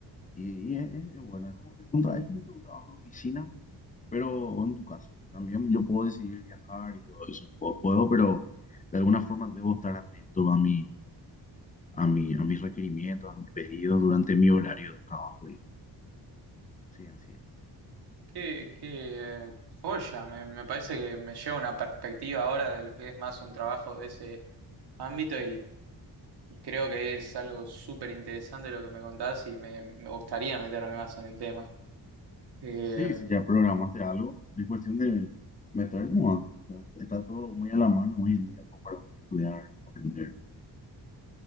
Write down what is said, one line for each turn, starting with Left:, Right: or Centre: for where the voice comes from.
Left: y, y es, es- es bueno, es como que un, tra- es como que un trabajo de oficina, pero o en tu caso, también yo puedo decidir viajar y todo eso, puedo, puedo, pero de alguna forma debo estar atento a mi, a mi, a mis requerimientos, a mis pedidos durante mi horario de trabajo. Sí, así es.
Right: Qué, qué joya, me, me parece que me lleva una perspectiva ahora de lo que es más un trabajo de ese ámbito Y creo que es algo súper interesante lo que me contás y me, me gustaría meterme más en el tema. Eh,
Left: Sí, si ya programaste algo, es cuestión de meter nomás. O sea, está todo muy a la mano hoy en día como para estudiar, aprender.